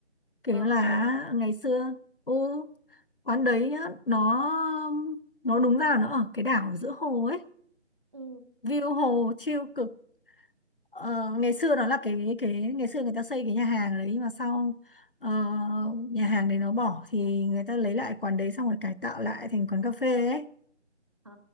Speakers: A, on the left (about 50°); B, on the right (about 25°).
A: kiểu
B: Bờ
A: là
B: hồ.
A: ngày xưa ừ, quán đấy nhá, nó nó đúng ra là nó ở cái đảo giữa hồ ấy
B: Ừ.
A: view hồ chill cực ờ, ngày xưa nó là cái cái ngày xưa người ta xây cái nhà hàng đấy mà sau ờ, nhà hàng đấy nó bỏ thì người ta lấy lại quán đấy xong rồi cải tạo lại thành quán cà phê ấy
B: Ờ,